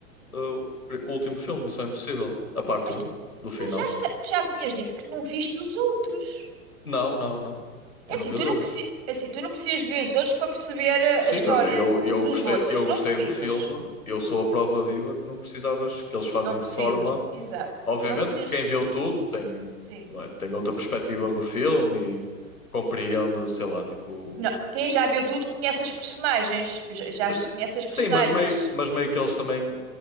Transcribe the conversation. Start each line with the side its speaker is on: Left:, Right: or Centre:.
Left: uh, pri- último filme, Missão Impossível. A parte
Right: Mas,
Left: um
Right: tu-
Left: do final.
Right: mas já, está- tu já me tinhas dito que não viste os outros.
Left: Não, não, não. Eu
Right: É assim,
Left: não vi os
Right: tu não
Left: outros.
Right: precisas, assim, tu não precisas de ver os outros para perceber a,
Left: Sim,
Right: a história
Left: olha, eu, eu
Right: uns dos
Left: gostei,
Right: outros.
Left: eu
Right: Isso
Left: gostei
Right: não precisas.
Left: do filme. Eu sou a prova viva que não precisavas, que eles fazem
Right: Não precisas,
Left: de forma.
Right: n- exato.
Left: Obviamente
Right: Não precisas,
Left: que quem viu tudo tem,
Right: sim.
Left: não é, tem outra perspectiva do filme e compreende, sei lá, tipo.
Right: Não, Quem já viu tudo conhece as personagens. Eu já, já
Left: se-
Right: se conhece as
Left: Sim,
Right: personagens.
Left: mas meio, mas meio que eles também